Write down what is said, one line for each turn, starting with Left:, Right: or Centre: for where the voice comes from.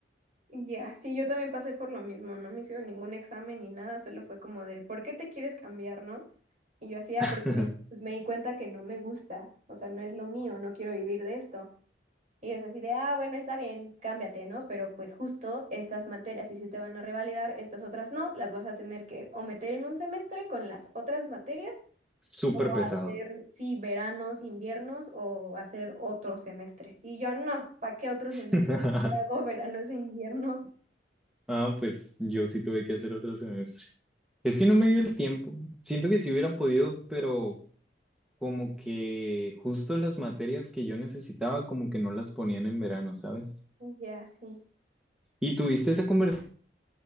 Right: Ya, sí, yo también pasé por lo mismo, no me hicieron ningún examen ni nada, solo fue como de, ¿por qué te quieres cambiar, no? Y yo hacía
Centre: <laughs>
Right: porque pues me di cuenta que no me gusta, o sea, no es lo mío, no quiero vivir de esto. Y es así de, ah, bueno, está bien, cámbiate, ¿no? Pero pues justo estas materias sí se te van a revalidar, estas otras no, las vas a tener que o meter en un semestre con las otras materias,
Centre: Súper
Right: o
Centre: pesado.
Right: hacer, sí, veranos, inviernos, o hacer otro semestre. Y yo, no, ¿para qué otro semestre?
Centre: <laughs>
Right: Mejor Hago veranos e inviernos.
Centre: Ah, pues yo sí tuve que hacer otro semestre. Es que no me dio el tiempo. Siento que si hubiera podido, pero como que justo las materias que yo necesitaba, como que no las ponían en verano, ¿sabes?
Right: Y Ya, sí.
Centre: ¿Y tuviste esa conversación